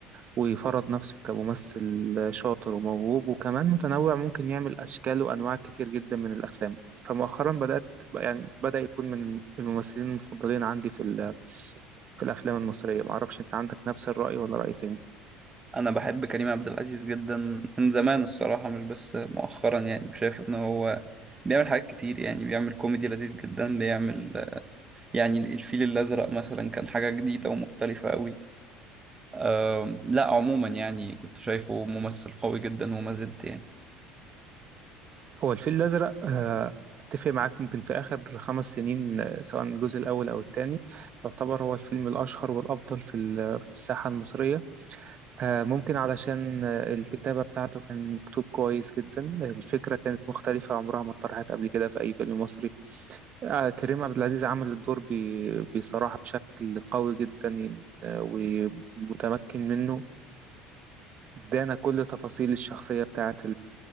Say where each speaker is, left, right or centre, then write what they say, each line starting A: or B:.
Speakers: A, on the right (about 45°); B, on the right (about 20°).
A: وفرض نفسه كممثل شاطر وموهوب وكمان متنوع ممكن يعمل أشكال وأنواع كتير جدا من الأفلام فمؤخرا بدأت يعني بدأ يكون من الممثلين المفضلين عندي في ال- في الأفلام المصرية معرفش أنت عندك نفس الرأي ولا رأي تاني
B: انا بحب كريم عبد العزيز جدا من زمان الصراحة مش بس مؤخرا يعني شايف ان هو بيعمل حاجات كتير يعني بيعمل كوميدي لذيذ جدا بيعمل يعني الفيل الازرق مثلا كان حاجة جديدة ومختلفة قوي أم، لا عموما يعني كنت شايفه ممثل قوي جدا وما زلت يعني
A: هو الفيل الأزرق آه، أتفق معاك ممكن في آخر خمس سنين آه، سواء الجزء الأول أو الثاني يعتبر هو الفيلم الأشهر والأفضل في ال- في الساحة المصرية آه، ممكن علشان آه، الكتابة بتاعته كان مكتوب كويس جدا الفكرة كانت مختلفة عمرها ما اتطرحت قبل كده في أي فيلم مصري آه، كريم عبد العزيز عمل الدور ب- بصراحة بشكل قوي جدا آه، ومتمكن منه وادانا كل تفاصيل الشخصية بتاعت